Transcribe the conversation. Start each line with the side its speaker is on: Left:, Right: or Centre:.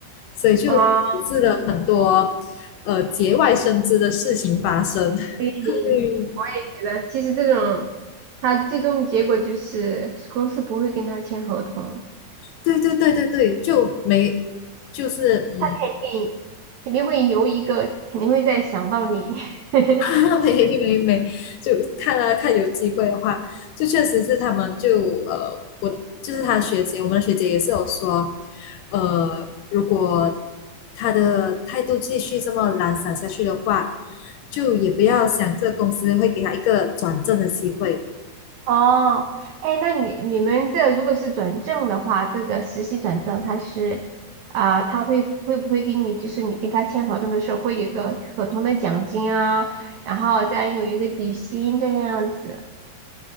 Left: 所以就导致了很多呃节外生枝的事情发生。
Right: 哦，
Left: <laughs>
Right: 对，
Left: 对，
Right: 我也觉得，其实这种，他最终结果就是公司不会跟他签合同，
Left: 对对对对对，就没就是嗯，
Right: 肯定肯定会留一个，肯定会再想到你。<laughs>
Left: <laughs> 没没没，就看啊看有机会的话，就确实是他们就呃，我就是他学姐，我们的学姐也是有说，呃，如果他的态度继续这么懒散下去的话，就也不要想这个公司会给他一个转正的机会，
Right: 哦，哎，那你你们这如果是转正的话，这个实习转正，他是啊、他会会不会给你，就是你跟他签合同的时候，会有一个合同的奖金啊，然后再有一个底薪这个样子，